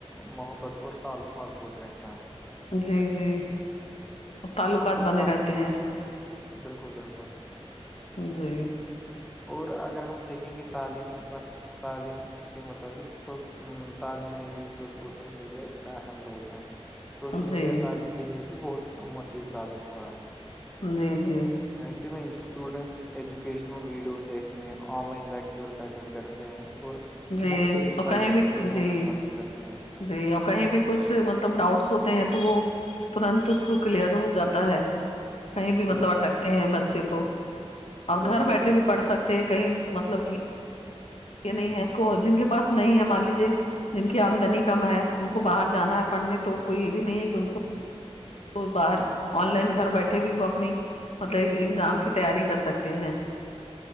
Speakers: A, in the centre; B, on the left (about 70°).
A: محبت اور تعلق مضبوط رہتا ہے
B: جی جی تعلقات
A: اور
B: بنے
A: تا-
B: رہتے ہیں
A: بالکل بالکل
B: جی
A: اور اگر ہم دیکھیں گے تعلیم تعلیم کے متعلق تو تعلیم میں بھی جو سوشل میڈیا ہے اس کا اہم رول ہے سوشل
B: جی
A: میڈیا تعلیم کے لیے بھی بہت مفید ثابت ہوا ہے
B: جی جی
A: ہے کہ نہیں اسٹوڈینٹس ایجوکیشنل ویڈیوز دیکھتے ہیں آن لائن لگ کورس اٹینڈ کرتے ہیں اور
B: جی
A: مختلف
B: اور
A: سبجیکٹ
B: کہیں بھی
A: کے
B: جی
A: نوٹس حاصل کرتے ہیں
B: جی اور کہیں بھی کچھ مطلب ڈاؤٹس ہوتے ہیں تو وہ ترنت اس کو کلیئر ہو جاتا ہے کہیں بھی مطلب
A: بالکل
B: اٹکتے ہیں بچے تو اور
A: بالکل
B: گھر بیٹھے
A: بالکل
B: بھی پڑھ سکتے ہیں کہیں مطلب یہ نہیں ہے کو جن کے پاس نہیں ہے مان لیجے جن کی آمدنی کم ہے ان کو باہر جانا ہے پڑھنے تو کوئی یہ بھی نہیں ہے کہ ان کو وہ باہر آن لائن گھر بیٹھے بھی وہ اپنی مطلب ایگزام کی تیاری کر سکتے ہیں